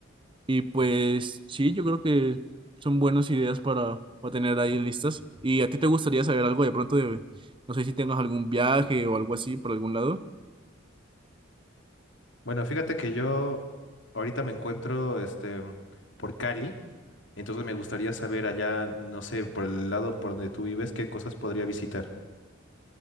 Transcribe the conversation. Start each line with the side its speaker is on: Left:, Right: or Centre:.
Right: Y pues sí, yo creo que son buenas ideas para, para tener ahí listas. ¿Y a ti te gustaría saber algo de pronto de, no sé si tengas algún viaje o algo así por algún lado?
Left: Bueno, fíjate que yo ahorita me encuentro este, por Cali Entonces me gustaría saber allá, no sé, por el lado por donde tú vives, qué cosas podría visitar.